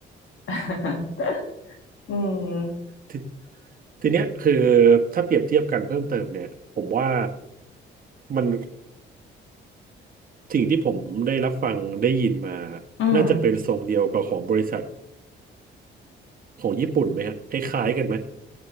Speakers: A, on the left; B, on the right.
A: <laughs> อืม
B: ทีทีเนี้ยคือถ้าเปรียบเทียบกันเพิ่มเติมเนี่ยผมว่ามัน สิ่งที่ผมได้รับฟังได้ยินมา
A: อืม
B: น่าจะเป็นทรงเดียวกับของบริษัทของญี่ปุ่นไหมฮะคล้ายๆกันไหม